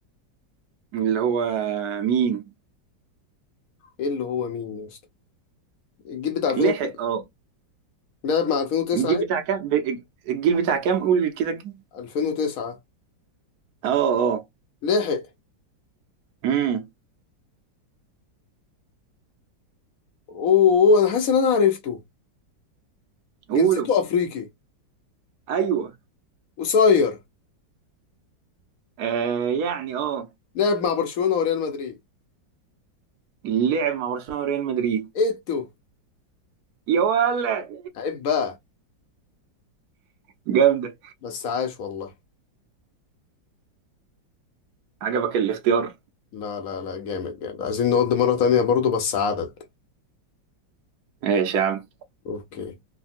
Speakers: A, on the right (about 60°); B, on the left (about 75°).
A: اللي هو مين
B: ايه اللي هو مين يا اسطى الجيل بتاع 2009
A: لحق اه
B: لعب مع 2009
A: الجيل
B: إيه؟
A: بتاع كام ب- الجيل بتاع كام قول كده كده.
B: 2009
A: اه اه
B: لحق
A: امم
B: اوه أوه، انا حاسس ان انا عرفته
A: قولوا
B: جنسيته افريقي
A: ايوه
B: قصير
A: آه يعني اه
B: لعب مع برشلونة وريال مدريد
A: لعب مع برشلونة وريال مدريد
B: ايه التو
A: يا ولد
B: عيب بقى
A: جامدة
B: بس عاش والله
A: عجبك الاختيار
B: لا لا لا جامد جامد عايزين نقضي مرة تانية برضو بس عدد
A: ماشي يا عم
B: اوكي